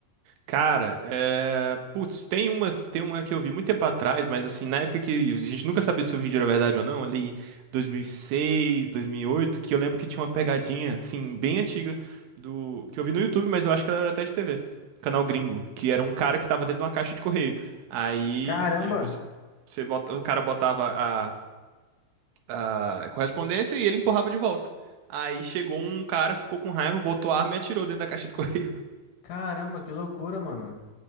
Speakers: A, on the right; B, on the left.
A: Cara, é... putz, tem uma, tem uma que eu vi muito tempo atrás, mas assim, na época que a gente nunca sabia se o vídeo era verdade ou não, ali 2006, 2008, que eu lembro que tinha uma pegadinha, assim, bem antiga do que eu vi no YouTube, mas eu acho que ela era até de TV, canal gringo, que era um cara que tava dentro de uma caixa de correio. Aí
B: Caramba!
A: é, você, você bota- o cara botava a, a correspondência e ele empurrava de volta. Aí chegou um cara, ficou com raiva, botou a arma e atirou dentro da caixa de correio.
B: Caramba, que loucura, mano.